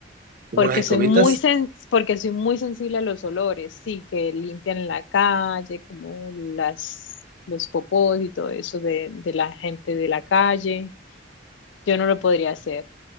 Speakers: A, on the right; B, on the left.
A: Como
B: porque
A: las escobitas,
B: soy muy sen- porque soy muy sensible a los olores, sí, que limpian en la calle, como las los popós y todo eso de, de la gente de la calle. Yo no lo podría hacer.